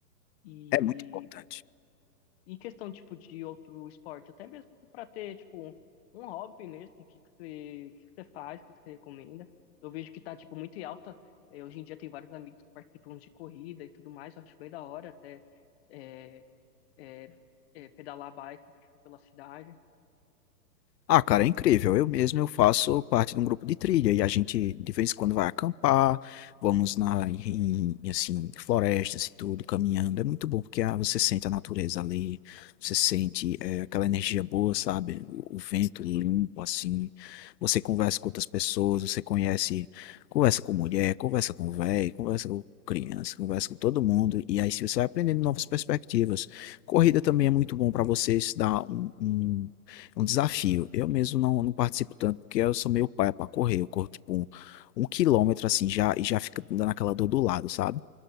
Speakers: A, on the left (about 40°); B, on the left (about 75°).
A: E
B: É muito importante.
A: em questão, tipo, de outro esporte, até mesmo para ter, tipo, um, um hobby mesmo, o que que você, o que que você faz, o que que você recomenda. Eu vejo que tá, tipo, muito em alta. Eh, hoje em dia tem vários amigos que participam de corrida e tudo mais, eu acho bem da hora até eh, eh, eh, pedalar bike, tipo, pela cidade.
B: Ah, cara, é incrível. Eu mesmo eu faço parte de um grupo de trilha e a gente de vez em quando vai acampar, vamos na em, em, assim, florestas e tudo, caminhando. É muito bom porque ah, você sente a natureza ali, você sente eh, aquela energia boa, sabe? O, o vento limpo assim. Você conversa com outras pessoas, você conhece, conversa com mulher, conversa com velho, conversa com criança, conversa com todo mundo e aí você vai aprendendo novas perspectivas. Corrida também é muito bom para você se dar um um- é um desafio. Eu mesmo não, não participo tanto, porque eu sou meio paia pra correr. Eu corro tipo um, um quilômetro assim já e já fica dando aquela dor do lado, sabe?